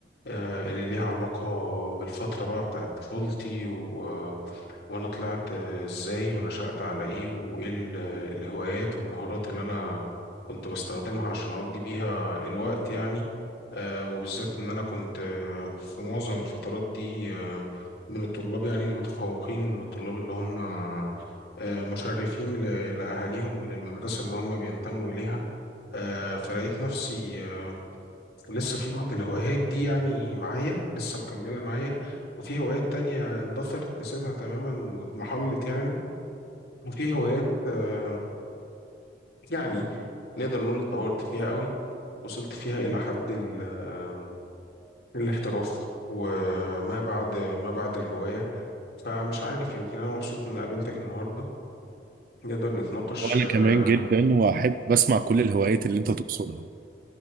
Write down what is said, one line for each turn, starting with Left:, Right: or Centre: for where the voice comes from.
Left: آه، اللي ليها علاقة بالفترة بقى بتاعت طفولتي و... آه، وأنا طلعت آه، إزاي ونشأت على إيه وإيه ال- الهوايات والمهارات اللي أنا كنت بستخدمها عشان أقضي بيها الوقت يعني آه، وبالذات إن أنا كنت آه، في معظم الفترات دي آه، من الطلاب يعني المتفوقين ومن الطلاب اللي هم آه، مشرفين ل- لأهاليهم وللمدرسة اللي هم بينتموا إليها آه، فلقيت نفسي آه، لسه في بعض الهوايات دي يعني معايا لسه مكملة معايا وفي هوايات تانية اندثرت نسيتها تماما واضمحلت يعني وفي هوايات آه، يعني نقدر نقول اتطورت فيها قوي وصلت فيها إلى حد ال- آه، الاحتراف وما بعد ما بعد الهواية فمش عارف يمكن أنا مبسوط إن قابلتك النهاردة نقدر نتناقش
Right: وانا
Left: آه،
Right: كمان جدا واحب اسمع كل الهوايات اللي انت تقصدها